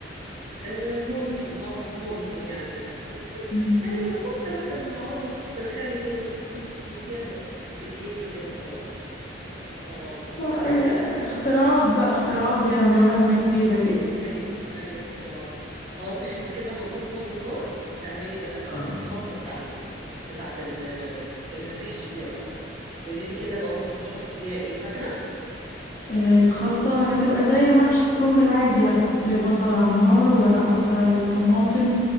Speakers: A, on the right (about 35°); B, on the left (about 50°).
A: آه، ممكن اه ممكن يعمل الكفته بس
B: مم.
A: يعني ما الكفته بدل ما تقعدي تدخلي فيها ما الكفته انت بتلفيها ب- بايديكي كده وخلاص صوابع بتبقى
B: اه
A: سهله
B: اي-
A: يعني مش
B: اختراعات
A: صعبه
B: بقى اختراعات بيعملوها
A: اخ
B: لنا جديدة كده
A: ايوه ايوه اختراعات خلاص احنا كده نظفنا الممبار هتعملي بقى ال-
B: آه.
A: الخلطه بتاع ال- بتاعت ال- اللي هتحشي بيها بقى قولي لي كده بقى ممكن تحطي فيها ايه فاكره
B: آه، الخلطة هتبقى زي المحشي الكرنب العادي هحط بصل على النار وهحط عليه الطماطم